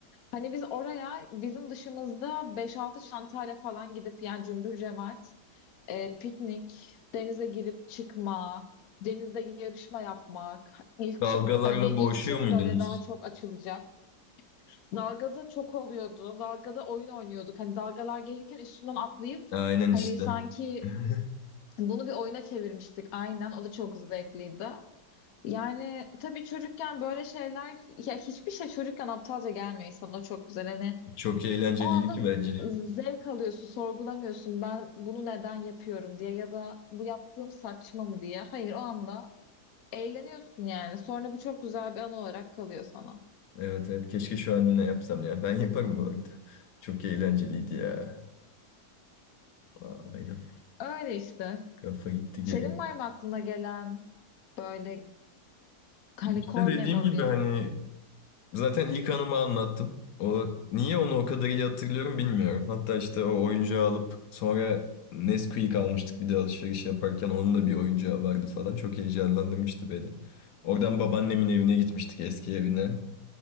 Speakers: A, on the left; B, on the left.
A: hani biz oraya bizim dışımızda beş altı çantayla falan gidip yani cümbür cemaat e, piknik, denize girip çıkma, denizde yarışma yapmak, ilk
B: Dalgalarla
A: hani ilk
B: boğuşuyor
A: kim
B: muydunuz?
A: böyle daha çok açılacak. Dalgada çok oluyordu. Dalgada oyun oynuyorduk. Hani dalgalar gelirken üstünden atlayıp
B: Aynen
A: hani
B: işte.
A: sanki
B: <laughs>
A: bunu bir oyuna çevirmiştik. Aynen. O da çok zevkliydi. Yani tabii çocukken böyle şeyler ya hiçbir şey çocukken aptalca gelmiyor insana o çok güzel. Hani
B: Çok eğlenceliydi
A: o anda
B: ki bence.
A: zevk alıyorsun, sorgulamıyorsun ben bunu neden yapıyorum diye ya da bu yaptığım saçma mı diye. Hayır o anda eğleniyorsun yani. Sonra bu çok güzel bir anı olarak kalıyor sana.
B: Evet evet keşke şu an yine yapsam ya. Ben yaparım bu arada. Çok eğlenceliydi ya. Aa, Aynen.
A: <laughs> Öyle işte.
B: Kafa gitti
A: Senin
B: geri.
A: var mı aklına gelen böyle hani
B: İşte
A: core
B: dediğim
A: memory?
B: gibi hani Zaten ilk anımı anlattım. O niye onu o kadar iyi hatırlıyorum bilmiyorum. Hatta işte o oyuncağı alıp sonra Nesquik almıştık bir de alışveriş yaparken onun da bir oyuncağı vardı falan. Çok heyecanlandırmıştı beni. Oradan babaannemin evine gitmiştik eski evine